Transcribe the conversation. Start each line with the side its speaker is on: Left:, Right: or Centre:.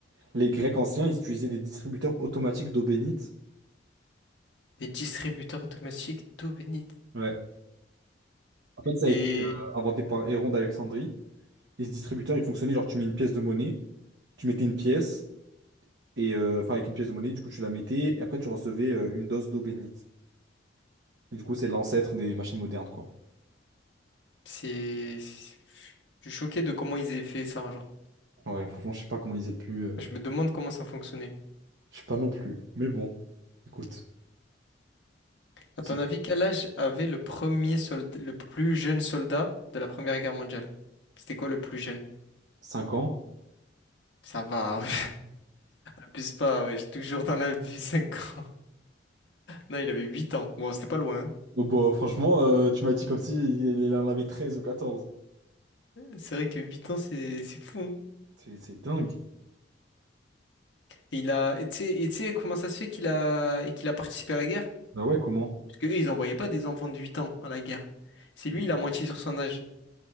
Right: Les Grecs anciens, ils utilisaient des distributeurs automatiques d'eau bénite.
Left: Des distributeurs automatiques d'eau bénite.
Right: Ouais. En fait, ça
Left: Et
Right: a été euh, inventé par Héron d'Alexandrie. Et ce distributeur, il fonctionnait genre, tu mets une pièce de monnaie, tu mettais une pièce, et euh, enfin, avec une pièce de monnaie, du coup, tu la mettais, et après, tu recevais euh, une dose d'eau bénite. Et du coup, c'est l'ancêtre des machines modernes, quoi.
Left: c'est... Je suis choqué de comment ils aient fait ça, genre.
Right: Ouais, franchement, je sais pas comment ils aient pu. euh,
Left: Je me demande comment ça fonctionnait.
Right: je sais pas non plus. Mais bon, écoute,
Left: À
Right: si
Left: ton avis, quel âge avait le premier soldat, le plus jeune soldat de la Première Guerre mondiale? C'était quoi le plus jeune?
Right: 5 ans.
Left: Ça va, <laughs> ouais. abuse pas, ouais, j'ai toujours dans la vie 5 ans. Non, il avait 8 ans. Bon, c'était pas loin. hein.
Right: Oh, bah, franchement, euh, tu m'as dit comme si il il en avait 13 ou 14.
Left: C'est vrai que huit ans, c'est c'est fou. hein.
Right: C'est c'est dingue.
Left: Et il a, et tu sais, et tu sais comment ça se fait qu'il a, et qu'il a participé à la guerre?
Right: Bah ouais, comment?
Left: Parce qu'eux, ils envoyaient pas des enfants de 8 ans à la guerre. C'est lui,
Right: Ouais.
Left: il a moitié sur son âge.